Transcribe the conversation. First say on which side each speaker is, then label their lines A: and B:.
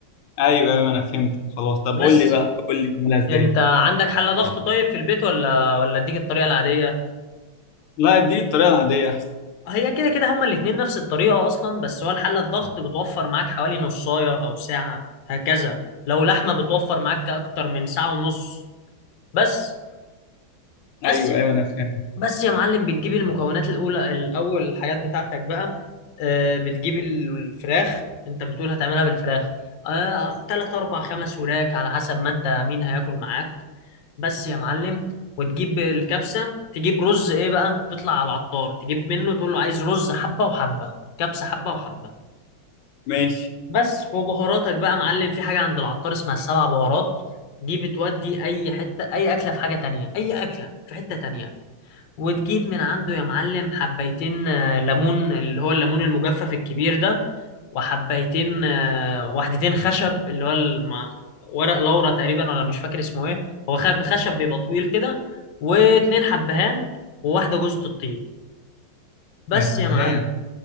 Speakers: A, on the left; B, on the left.
A: ايوه ايوه انا فهمتك خلاص طب
B: بس
A: قول لي بقى قول لي نعملها ازاي
B: انت عندك حل ضغط طيب في البيت ولا ولا اديك الطريقة العادية
A: لا اديني الطريقه العاديه احسن
B: هي كده كده هما الاتنين نفس الطريقة أصلا بس هو الحلة الضغط بتوفر معاك حوالي نصاية أو ساعة هكذا لو لحمة بتوفر معاك أكتر من ساعة ونص بس بس
A: ايوه ايوه انا فهمت
B: بس يا معلم بتجيب المكونات الأولى الأول الحاجات بتاعتك بقى آه، بتجيب الفراخ أنت بتقول هتعملها بالفراخ آه، تلات أربع خمس وراك على حسب ما أنت مين هياكل معاك بس يا معلم وتجيب الكبسة تجيب رز ايه بقى تطلع على العطار تجيب منه تقول له عايز رز حبة وحبة كبسة حبة وحبة
A: ماشي
B: بس وبهاراتك بقى يا معلم في حاجة عند العطار اسمها السبع بهارات دي بتودي اي حتة اي اكلة في حاجة تانية اي اكلة في حتة تانية وتجيب من عنده يا معلم حبيتين آه، ليمون اللي هو الليمون المجفف الكبير ده وحبيتين آه، وحدتين خشب اللي هو الم- ورق لورا تقريبا ولا مش فاكر اسمه ايه هو خ- خشب بيبقى طويل كده واتنين حبهان وواحدة جوزة الطيب بس
A: يا سلام
B: يا معلم